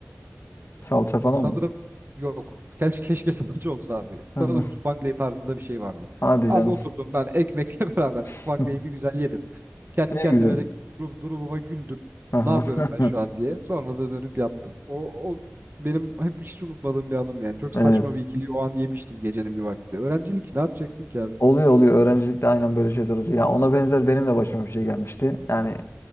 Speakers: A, on the left; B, on the right.
A: <laughs> Salça falan
B: Sanırım
A: mı?
B: yok. Keşke, keşke <laughs> sanatçı olsa abi. Sanırım
A: Hı hı.
B: Spangley tarzında bir şey vardı.
A: Hadi
B: Abi
A: canım.
B: oturdum ben ekmekle <laughs> beraber Spangley'i
A: <laughs>
B: bir güzel yedim. Kendi
A: Ne
B: kendime
A: güzel.
B: de dur- durumuma güldüm.
A: Aha.
B: Ne yapıyorum
A: <laughs>
B: ben şu an diye. Sonra da dönüp yattım. O, o benim hep hiç unutmadığım bir anım yani. Çok
A: Evet.
B: saçma bir ikili o an yemiştim gecenin bir vakti. Öğrencilik ne yapacaksın ki abi?
A: Oluyor oluyor. Öğrencilikte aynen böyle şeyler oluyor. Ya ona benzer benim de başıma bir şey gelmişti. Yani